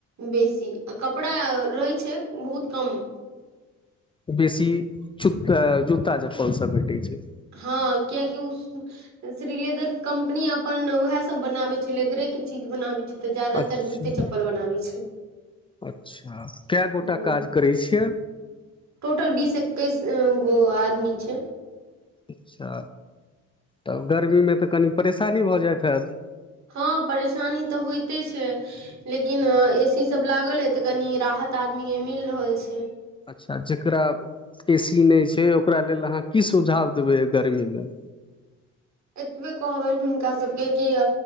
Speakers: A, on the right; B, on the left.
A: बेसी आ कपड़ा रहै छै बहुत कम
B: बेसी जूता चप्पल सब भेटै छै
A: हँ कियाकि ओ श्री लेदर कम्पनी अपन उएह सभ बनाबै छै लेदरे के चीज बनाबै छै तऽ ज्यदातर
B: अच्छा
A: जूत्ते चप्पल बनाबै छै
B: अच्छा कए गोटा
A: ह
B: काज करय छियै
A: टोटल बीस एकैस गो आदमी छै
B: अच्छा तऽ गर्मीमे तऽ कनि परेशानी भऽ जाइत हैत
A: हँ परेशानी तऽ होइते छै लेकिन ए सी सब लागल हे तऽ कनि राहत सात आदमी के मिल रहल छै
B: अच्छा जकरा ए सी नहि छै ओकरा लेल अहाँ की सुझाव देबै गर्मीमे
A: ह <inaudible> एतबे कहबनि हुनका सभके कि